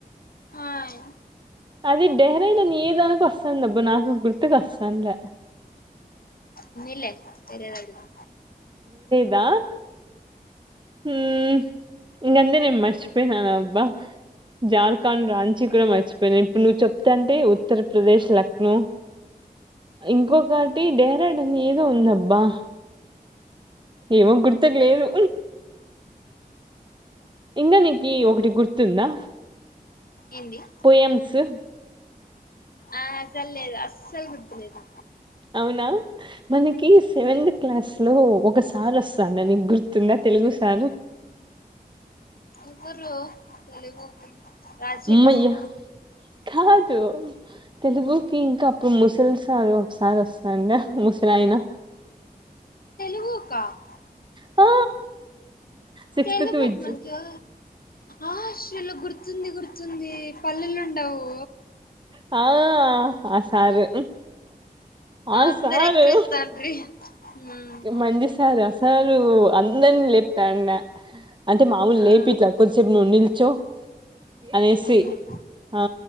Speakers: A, on the left; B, on the right.
A: ఆయ్
B: అది డెహ్రాడున్ ఏదానికొస్తాందబ్బ నాకు గుర్తుకు వస్తాను ల
A: ఉన్నిలే వేరేదడుగు
B: దా హ్మ్ ఇంగన్నీ నేన్ మర్చిపొయినానబ్బా జార్ఖాండ్ రాంచి కూడా మర్చిపోయిన ఇప్పుడు నువ్వు చెప్తాంటే ఉత్తరప్రదేశ్ లక్నో ఇంకొకటి డెహ్రాడున్ ఏదో ఉందబ్బా ఏమో గుర్తుకు లేదు ఇంగా నీకి ఒకటి గుర్తుందా
A: ఏంది
B: పొయమ్స్
A: ఆ అసల్లేదు అస్సలు గుర్తులేదు
B: అవునా మనకి సెవెంద్ క్లాస్ లో ఒక సారొస్తాన్న నీకు గుర్తుందా తెలుగు సారు
A: ఇవురు తెలుగుకి రాజశేఖర్
B: అమ్మయ్య
A: సారా
B: కాదు తెలుగుకి ఇంకా అప్పుడు ముసలి సారు ఒక సారొస్తాండ ముసిలాయినా
A: !!!!!!!!!!
B: ఆ సిక్స్త్
A: తెలుగుక్
B: కి విద్య
A: మన్క్య ఆ శ్రీలు గుర్తుంది గుర్తుంది పల్లెలుండవు
B: ఆ ఆ సారు ఆ
A: అందరు
B: సారు
A: ఎక్కిరిస్తాండ్రి ఉమ్
B: మంజి సారు ఆ సారు అందరినీ లేపుతాండా అంటే మామూలు లేపిట్లా
A: ఆ
B: కొద్దిసేపు నువ్వు నిల్చో అనేసి
A: ఉమ్
B: ఆ